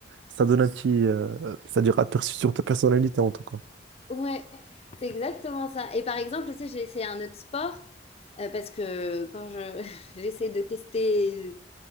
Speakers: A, on the right; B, on the left.
A: ça donne un petit, euh, c'est-à-dire aperçu sur ta personnalité en tout cas.
B: Ouais, c'est exactement ça. Et par exemple, tu sais, j'ai essayé un autre sport euh, parce que quand je <laughs> j'essaie de tester,